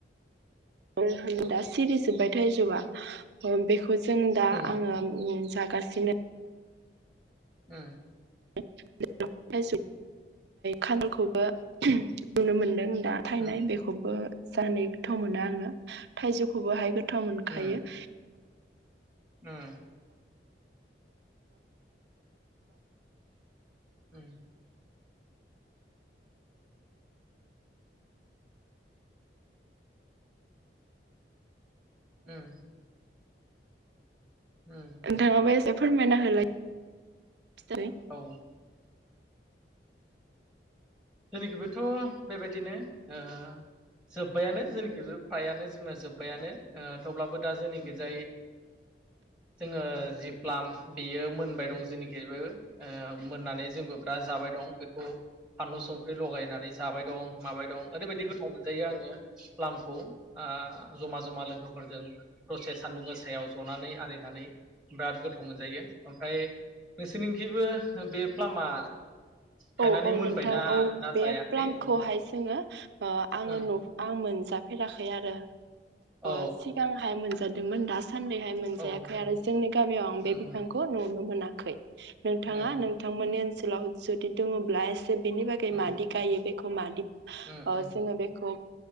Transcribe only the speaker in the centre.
उम
उम।
उम
उम उम। उम। उम। उम
औ उम। जोंनिखिबोथ' बेबायदिनो ओ जोबबायानो जोंनिखिबो फ्रायानो जोंना जोबबायानो ओ थेवब्लाबो दा जोंनिखिजाय जोङो जि प्लाम बेयो मोनबाय दं जेनिखिबो ओ मोननानै जोंबो दा जाबाय दं बेखौ फानलु संख्रि लगायनानै जाबाय दं माबाय दं ओरैबायदि गोथाव मोनजायो आङो प्लामखौ ओ जमा जमा लोगोफोरजों दसे सानदुं गोसायाव जनानै आरिनानै बिराद गोथाव मोनजायो ओमफ्राय नोंसोरनि खिबो बे प्लामा थायनानै
मोनबायना
ना
जायाखै
औ
औ
औ
औ औ
उम
उम
उम
उम
उम
उम